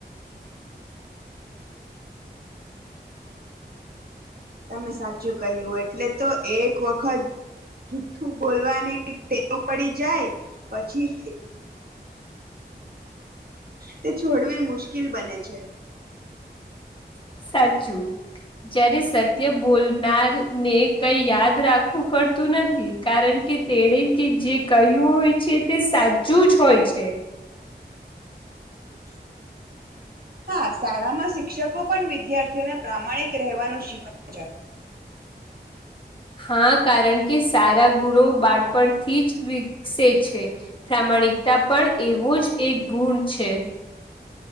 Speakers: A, on the right; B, on the left.
A: તમે સાચું કહ્યું એટલે તો એક વખત જુઠું બોલવાની ટેવ પડી જાય પછી તે છોડવી મુશ્કેલ બને છે.
B: સાચું. જયારે સત્ય બોલનાર ને કઈ યાદ રાખવું પડતું નથી. કારણ કે તેને કે જે કયું હોય છે તે સાચું જ હોય છે.
A: <inaudible> હા. શાળામાં શિક્ષકો પણ વિદ્યાર્થીઓને પ્રામાણિક રહેેવાનું શીખવે છે.
B: હા કારણ કે સારા ગુણો બાળપણથી જ વિકસે છે. પ્રામાણિકતા પણ એવો જ એક ગુણ છે.